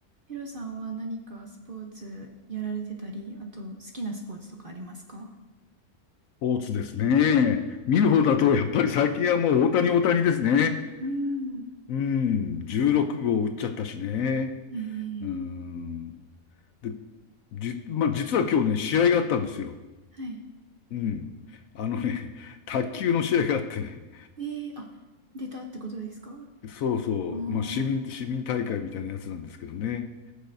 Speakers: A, on the right; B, on the left.
A: ヒロさんは何かスポーツやられてたり、あと好きなスポーツとかありますか
B: ポーツですね。見る方だと、やっぱり最近はもう大谷大谷ですね。
A: うーん。
B: うん、16号打っちゃったしね。
A: えー、
B: うん。で、じ、まあ、実は今日ね、試合があったんですよ。
A: はい。
B: うん。あのね、<laughs> 卓球の試合があってね。
A: えー、あ、出たってことですかあ
B: そうそう。
A: あ
B: まあ、市民、市民大会みたいなやつなんですけどね。
A: ー。